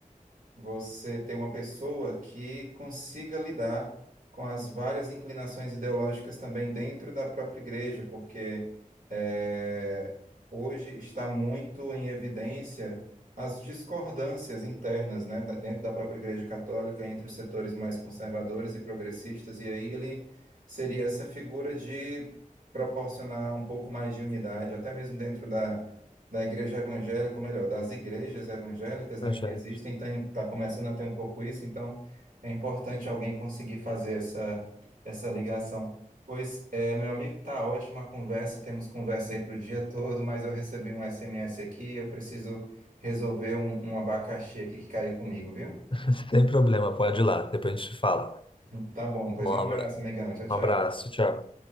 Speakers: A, on the right (about 75°); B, on the left (about 35°).
A: você ter uma pessoa que consiga lidar com as várias inclinações ideológicas também dentro da própria igreja, porque é, hoje está muito em evidência as discordâncias internas, né, da- dentro da própria igreja católica entre os setores mais conservadores e progressistas, e aí ele seria essa figura de proporcionar um pouco mais de unidade, até mesmo dentro da da igreja evangélica, ou melhor, das igrejas evangélicas,
B: Pois
A: né, que
B: é.
A: existem, está começando a ter um pouco isso, então é importante alguém conseguir fazer essa, essa ligação. Pois, é, meu amigo, tá ótima a conversa, temos conversa aí para o dia todo, mas eu recebi um SMS aqui, eu preciso resolver um, um abacaxi aqui que caiu comigo, viu?
B: Sem problema, pode ir lá, depois a gente fala.
A: <laughs> Tá bom, pois
B: Um
A: um
B: abra-
A: abraço, amigão, tchau, tchau.
B: um abraço, tchau.